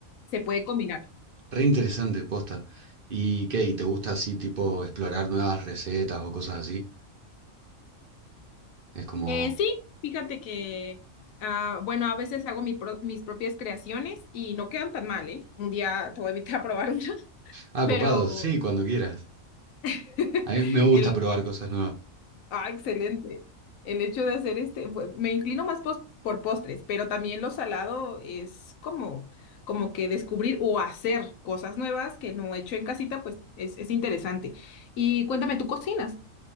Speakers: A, on the left; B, on the right.
A: se puede combinar.
B: re interesante, posta. ¿Y qué? ¿Y te gusta así tipo explorar nuevas recetas o cosas así? Es como,
A: Eh, sí, fíjate que, ah, bueno, a veces hago mi pro- mis propias creaciones y no quedan tan mal, ¿eh? Un día te voy a invitar a probar una, <laughs>
B: ah,
A: pero
B: copado, sí, cuando quieras.
A: <laughs>
B: A mí me gusta
A: el,
B: probar
A: el-
B: cosas nuevas.
A: ah, excelente. El hecho de hacer este, bu- me inclino más pos- por postres, pero también lo salado es como, como que descubrir o hacer cosas nuevas que no he hecho en casita, pues es, es interesante. Y cuéntame, ¿tú cocinas?